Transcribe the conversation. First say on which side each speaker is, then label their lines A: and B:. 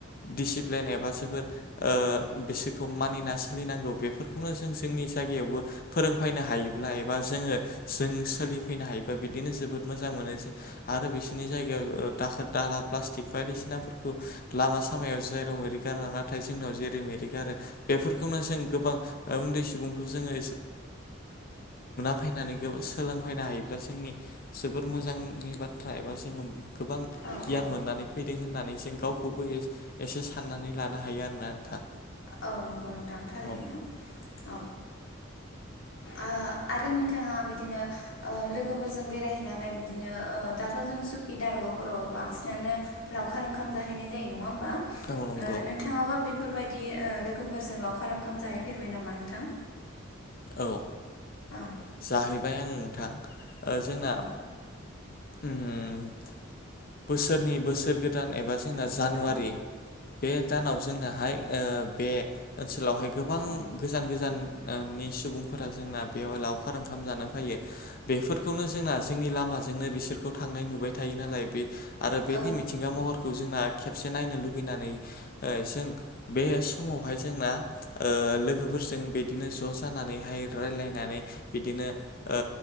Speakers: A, on the left; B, on the left.
A: दिडसिप्लिन एबा जोबोर ओ बिसोरखौ मानिना सोलिनांगौ बेफोरखौनो जों जोंनि जायगायावबो फोरोंफैनो हायोब्ला एबा जोङो जों सोलिफैनो हायो। बिदिनो जोबोद मोजां मोनो जे आरो बिसोरनि जायगायाव दाखोर दाला प्लास्टिक बायदिसिनाफोरखौ लामा सामायाव जायेराव मेरि गारा नाथाय जोंनियाव जेरै मेरि गारो बेफोरखौनो जों गोबां उन्दै सुबुंखौ जोङो <unintelligible> फैनानै गोब सोलोंफैनो हायोब्ला जोंनि जोबोर मोजांनि बाथ्रा एबा जोङो गोबां
B: औ
A: गियान
B: औ
A: मोननानै फैदों होननानै जों गावखौबो एसे साननानै लानो हायो आरोना नोंथां।
B: औ नंगौ नोंथां थारैनो
A: औ
B: औ। आ आरो नोंथाङा बिदिनो ओ लोगोफोरजों बेरायहैनानै बिदिनो ओ दाथ' जों सुकि दारागावफोराव बांसिनानो लावखार ओंखाम जाहैनाय जायो नङा होमबा।
A: औ नंगौ
B: ओ नोंथाङाबो बे फोरबायदि ओ लोगोफोरजों लावखार ओंखाम जाहैफेरबाय नामा नोंथां।
A: औ। ओ
B: औ
A: जाहिब ओमफ्राय आं नोंथां ओ जोंना
B: औ
A: उम। बोसोरनि बोसोर गोदान एबा जोंना जानुवारि
B: औ
A: बे दानाव जोंनाहाय ओ बे ओन सोलावहाय गोबां
B: औ
A: गोजान गोजान ओ नि सुबुंफोरा जोंना बेवहाय लावखार ओंखाम जानो फैयो बेफोरखौनो जोंना जोंनि लामाजोंनो बिसोरखौ थांनाय नुबाय थायो नालाय बे आरो बेनि
B: औ
A: मिथिंगा महर खौ जोंना खेबसे नायनो लुुबैनानै जों बे समावहाय जोंना ओ लोगोफोरजों बिदिनो ज' जानानैहाय रायलायनानै बिदिनो ओ